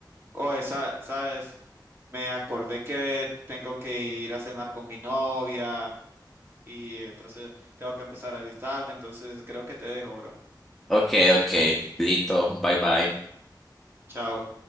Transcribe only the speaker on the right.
Oye, sa- sabes, me acordé que tengo que ir a cenar con mi novia y entonces tengo que empezar a alistarme, entonces creo que te dejo, bro.
Chao.